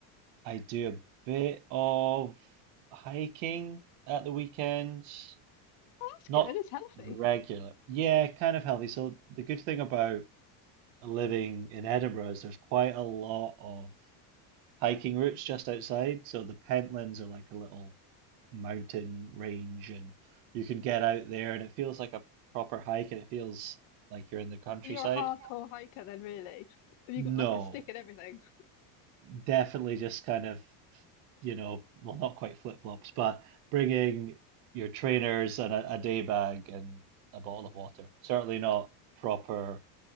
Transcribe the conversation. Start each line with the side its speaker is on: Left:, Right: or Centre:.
Right: I do a bit of hiking at the weekends,
Left: Oh, that's
Right: not
Left: good. It's healthy.
Right: regular. Yeah, kind of healthy. So the good thing about living in Edinburgh is there's quite a lot of hiking routes just outside. So the Pentlands are like a little mountain range, and you can get out there, and it feels like a proper hike, and it feels like you're in the countryside.
Left: So You're a hardcore hiker then, really. Have
Right: No,
Left: you got like a stick and everything?
Right: definitely just kind of, you know, well, not quite flip-flops, but bringing your trainers and a, a day bag and a bottle of water. Certainly not proper